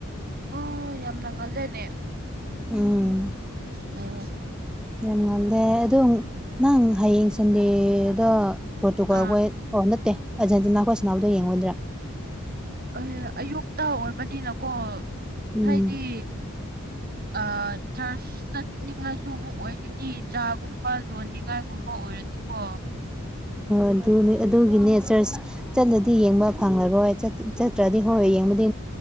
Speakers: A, on the right; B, in the centre.
A: ꯑꯥ ꯌꯥꯝꯅ ꯉꯜꯂꯦꯅꯦ꯫
B: ꯎꯝ꯫
A: ꯎꯝ꯫
B: ꯌꯥꯝ ꯉꯜꯗꯦ ꯑꯗꯣ ꯅꯪ ꯍꯌꯦꯡ ꯁꯟꯗꯦꯗ꯫ ꯄꯣꯔꯇꯨꯒꯜꯈꯣꯏ
A: ꯑꯥ
B: ꯑꯣ ꯅꯠꯇꯦ ꯑꯔꯖꯦꯟꯇꯤꯅꯥ ꯈꯣꯏ ꯁꯥꯟꯅꯕꯗꯣ ꯌꯦꯡꯉꯣꯏꯗ꯭ꯔꯥ
A: ꯑꯍ ꯑꯌꯨꯛꯇ ꯑꯣꯏꯕꯅꯤꯅꯀꯣ
B: ꯎꯝ
A: ꯍꯥꯏꯗꯤ꯫ ꯑ ꯇ꯭ꯔꯁ ꯆꯠꯅꯤꯡꯉꯥꯏꯁꯨ ꯑꯃꯨꯛ ꯑꯣꯏꯒꯅꯤ ꯆꯥꯒꯨꯝꯕ ꯂꯣꯟꯅꯤꯡꯉꯥꯏꯒꯨꯝꯕ ꯑꯣꯏꯔꯗꯤꯀꯣ
B: ꯑꯗꯨꯅꯤ ꯑꯗꯨꯒꯤꯅꯦ ꯆ꯭ꯔꯆ ꯆꯠꯂꯗꯤ ꯌꯦꯡꯕ ꯐꯪꯉꯔꯣꯏ ꯆꯠ ꯆꯠꯇ꯭ꯔꯗꯤ ꯍꯣꯏ ꯌꯦꯡꯕꯨꯗꯤ